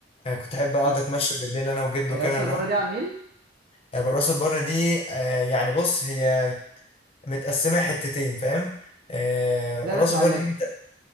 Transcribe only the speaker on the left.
آه، كنت احب اقعد
اتمشى بالليل انا وجده
كنا
نروح
يعني راس البر دي آه، يعني بص هي متقسمه حتتين فاهم آه،
راس
البر دي ت-